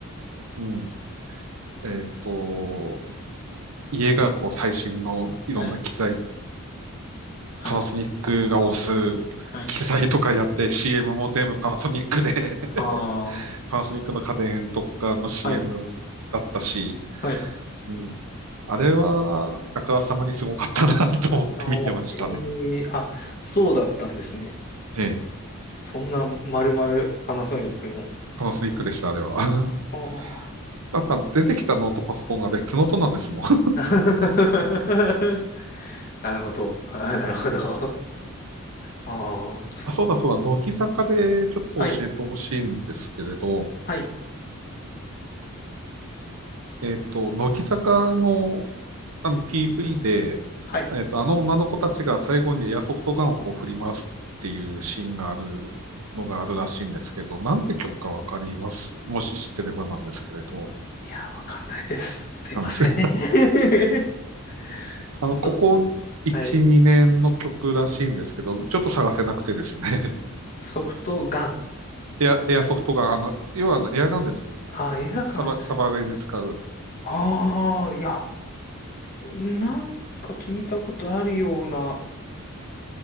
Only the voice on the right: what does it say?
うん、えっ、と、家がこう最新のいろんな機材、
パナソニックが推す機材とかやって
CM も全部パナソニックで
パナソニックの家電とかの CM
だったし、
うん、あれは、あからさまにすごかったな <laughs> と思って見てましたね。
ええ、
パナソニックでした、あれは。
<laughs> あとは出てきたノートパソコンが別ノートなんですもん。<laughs>
あ、そうだそうだ、乃木坂でちょっと教えてほしいんですけれど、
えっと、乃木坂の、あの PV で、
えっと、あの女の子たちが最後にエアソフトガンをこう振り回すっていうシーンがあるのがあるらしいんですけど、なんて曲かわかりますもし知ってればなんですけれど。
わかんないです
<laughs>
あの、ここ1、
2年の曲らしいんですけど、ちょっと探せなくてですね。
<laughs> エア、エアソフトガン、あの、要はあのエアガンです。
サバ、サバゲーに使う。